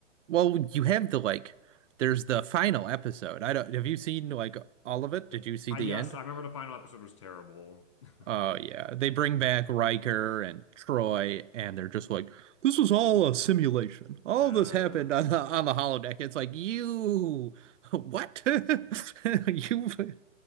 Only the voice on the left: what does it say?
Th-
I
yes,
I remember the final episode was terrible.
<laughs>
Uh,